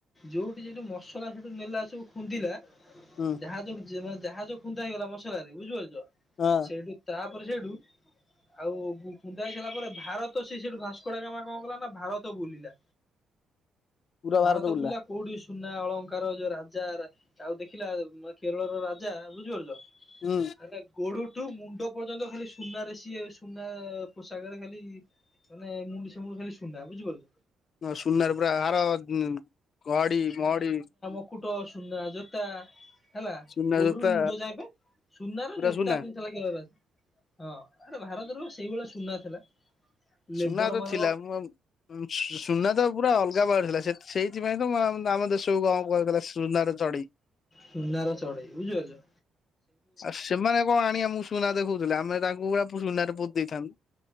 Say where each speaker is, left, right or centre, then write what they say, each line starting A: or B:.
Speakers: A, on the left; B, on the left.
A: ଯୋଉଠି ଯୋଉଠି ମସଲା ସେଠୁ ନେଲା ସବୁ ଖୁନ୍ଦିଲା
B: ହୁଁ।
A: ଜାହଜ ଭି ମାନେ ଜାହାଜ ଖୁନ୍ଦା ହେଇଗଲା ମସଲା ରେ ବୁଝିପାରୁଚ
B: ହଁ
A: ସେଇଠୁ ତାପରେ ସେଇଠୁ ଆଉ ଖୁନ୍ଦା ହେଇ ସାରିଲା ପରେ ଭାରତ ସେ ସେଇଠୁ ଭାସ୍କଡାଗାମା କଣ କଲା ନା ଭାରତ ବୁଲିଲା
B: ପୁରା
A: ଭାରତ
B: ବୁଲିଲା
A: ବୁଲା କୋଉଠି ସୁନା ଅଳଙ୍କାର ଯୋଉ ରାଜା ରା ଆଉ ଦେଖିଲା ଉ ମ କେରଳର ରାଜା ବୁଝିପାରୁଚ।
B: ଉଁ।
A: ହେଲା ଗୋଡଠୁ ମୁଣ୍ଡ ପର୍ଯ୍ୟନ୍ତ ଖାଲି ସୁନାରେ ସିଏ ସୁନା ପୋଷାକରେ ଖାଲି ମାନେ ଏମୁଣ୍ଡୁ ସେ ମୁମୁଣ୍ଡୁ ଖାଲି ସୁନା ବୁଝିପାରୁଚ।
B: ସୁନାର ପୁରା ଆର ଘଡି ମଡି
A: ମୁକୁଟ ସୁନା ଜୋତା ହେଲା
B: ସୁନା
A: ଗୋଡରୁ
B: ଜୋତା
A: ମୁଣ୍ଡ ଯାଏ ପା ସୁନାର
B: ପୁରା
A: ଜୋତା
B: ସୁନା
A: ପିନ୍ଧି ଥିଲା <unintelligible> ହଁ ଆରେ ଭାରତରେ ପା ସେଇଭଳିଆ ସୁନା ଥିଲା। ଲେବର
B: ସୁନା ତ
A: ମାନ
B: ଥିଲା ମୁ ସୁନା ତ ପୁରା ଅଲଗା ପ୍ରକାର ଥିଲା ସେଇଥିପାଇଁ ତ ଆମ ଦେଶକୁୁ କଣ କହାହୋଉଥିଲା ସୁନାର ଚଢେଇ।
A: ସୁନାର ଚଢେଇ ବୁଝିପାରୁଚ।
B: ଆଉ ସେମାନେ କଣ ଆଣିକି ଆମକୁ ସୁନା ଦେଖଉଥିଲେ ଆମେ ତାଙ୍କୁ ପା ସୁନାରେ ପୋତି ଦେଇଥାନ୍ତୁ।